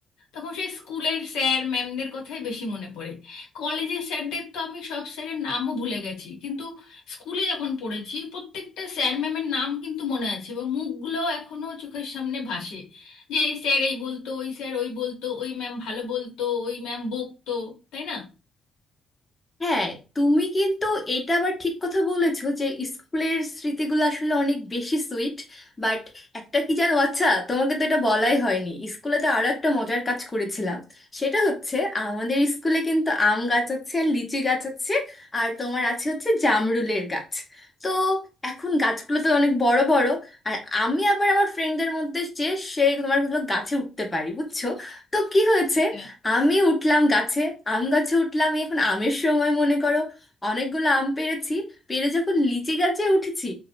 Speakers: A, on the left; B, on the left.
A: তখন সেই স্কুলের স্যার ম্যামদের কথাই বেশি মনে পড়ে কলেজের স্যারদের তো আমি সব স্যারের নামও ভুলে গেছি কিন্তু স্কুলে যখন পড়েছি প্রত্যেকটা স্যার ম্যামের নাম কিন্তু মনে আছে এবং মুখগুলো এখনো চোখের সামনে ভাসে যে এই স্যার এই বলতো ওই স্যার ওই বলতো ওই ম্যাম ভালো বলতো ওই ম্যাম বকতো তাই না
B: হ্যাঁ তুমি কিন্তু এটা আবার ঠিক কথা বলেছো যে স্কুলের স্মৃতিগুলো আসলে অনেক বেশি সুইট বাট একটা কি জানো আচ্ছা তোমাকে তো এটা বলাই হয়নি স্কুলে তো আরো একটা মজার কাজ করেছিলাম সেটা হচ্ছে আমাদের স্কুলে কিন্তু আম গাছ আছে আর লিচি গাছ আছে আর তোমার আছে হচ্ছে জামরুলের গাছ তো এখন গাছগুলো তো অনেক বড় বড় আর আমি আবার আমার ফ্রেন্ডদের মধ্যে যে সে তোমার হলো গাছে উঠতে পারি বুঝছো তো কি হয়েছে
A: আচ্ছা
B: আমি উঠলাম গাছে আম গাছে উঠলাম এই এখন আমের সময় মনে করো অনেকগুলো আম পেড়েছি পেড়ে যখন লিচি গাছে উঠেছি